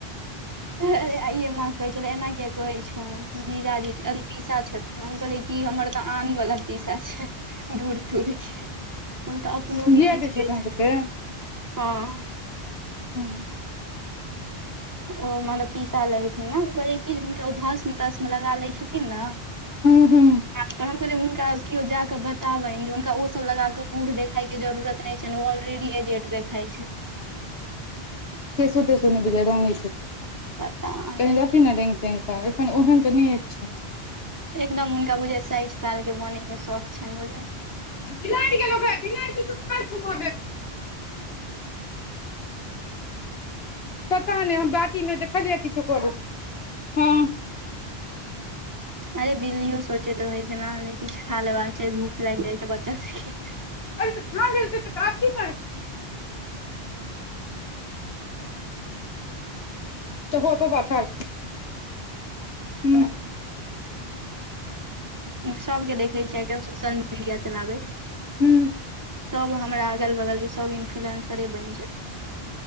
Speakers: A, on the right; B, on the left.
A: अरे आइ माँ कहै छल एना किया कहै छौ जीजाजी आ पीसा छ हम कहलै कि हमर तऽ आन ब पीसा छै दूर दूरके हम तऽ अपनोे
B: जिया
A: किछु
B: दै
A: केह
B: छैथ अहाँ
A: सकैत
B: सबके
A: हँ
B: हँ <unintelligible>
A: ओ मने पीसा लगथिन ने कहल कि जे हुनका ओ भस्म तस्ममे लगा लै छथिन ने
B: हू हू
A: त हम कह हुनका केओ जााके बताबनि जे हुनका ओ सब लगाके बूढ़ देखाय के जरूरत देख छै ऑलरेडी एजेट देखाइ छै
B: कैसै तैसो न बजा रंगी छै क
A: पता नहि
B: रथ
A: कि
B: ने रेंग रंराग ऽ एखन ओहन तऽ नहि छनि
A: एकदम हुनका बुझाय साठि साल के बनेय के शौक छनि बुझे
B: बिलाड़ि केल बिलाड़ किछु छ पता ने हम बाटी मे देखलियै किछु करो हँ
A: अरे बिल्लियो सोचैत रहे छै ने जे किछु खा लेबाक चाही भूख लागि जाइ छै पचासासके
B: अरे तऽ खा गेल तऽ आब की करबै तऽ होर पवा फर हूँ
A: सभके देखैत छियै आइकाल्हि सोशल मीडिया चलाबैत
B: हुं
A: सभ हमरा अगल बगलके सभ इन्फ्लुएन्सरे बनि जायत